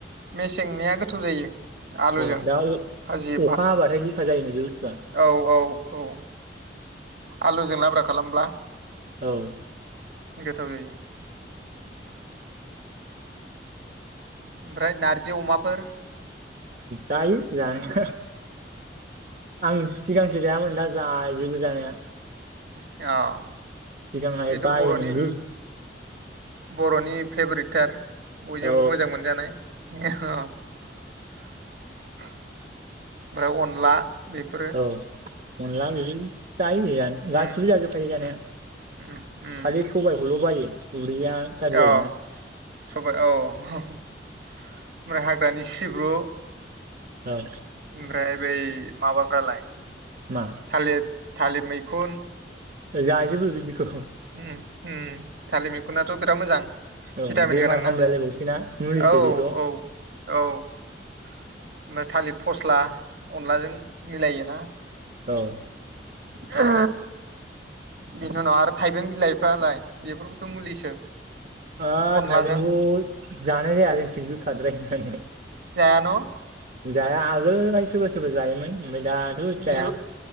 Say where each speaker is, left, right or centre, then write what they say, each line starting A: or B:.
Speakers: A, on the right; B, on the right.
A: मेसे निया गोथाव जायो आलुजों
B: औ दा
A: भाजि,
B: अखा हाबाथाय बिखा जायोनो बे बुस्थुआ
A: औ औ औ आलुजों लाब्रा खालामब्ला
B: औ
A: गोथाव जायो। ओमफ्राय नारजि अमाफोर
B: जायो जानाया आं सिगांसो जायामोन दा जा जोबो जानाया
A: <unintelligible>
B: सिगांहाय
A: बेथ'
B: बायोमोन
A: बर'नि
B: गो
A: बर'नि फेभरेट टार बयजोंबो
B: औ
A: मोजां मोनजानाय ओ ओमफ्राय अनला बेफोरो
B: औ <inaudible> जायो जानाया गासिबो
A: उम
B: जाजोबखायो जानाया
A: उम उम उम
B: खालि सबायखौल' बायो। गुरोया खाजायोना
A: अ सबाय औ हा ओमफ्राय हाग्रानि सिब्रु
B: औ
A: ओमफ्राय बै माबाफ्रालाय
B: मा
A: थालिर थालिर मैखुन
B: जाजोबो बेखौ
A: उम उम थालिर मैखुनाथ' बिराद मोजां
B: औ
A: भिटामिन
B: बेमार
A: गोनांनाा
B: हामलायलायबावसै
A: बेयो
B: ना मुलिसो
A: औ औ
B: बेथ'
A: औ ओमफ्राय थालिर फस्ला अनलाजों मिलायो ना
B: औ
A: हो बिनिउनाव आरो थाइबें बिलाइफ्रालाय बेफोरबोथ' मुलिसो
B: आ
A: अनलाजों
B: थाइबेंखौ जानाया जायालै खिनबोखाद्राय जायोबेनो
A: जायान'
B: जाया आगोलहाय सोरबा सोरबा जायोमोन ओगफाय दाथ
A: बेबो
B: जाया